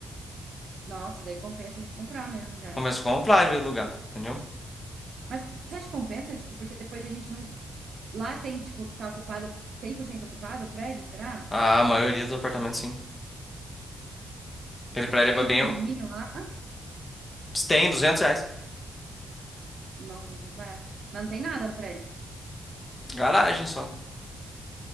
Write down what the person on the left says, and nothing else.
Começa a comprar de vez em lugar, entendeu?
A maioria dos apartamentos, sim. Aquele prédio
é bem.
Tem 200 reais.
Garagem só.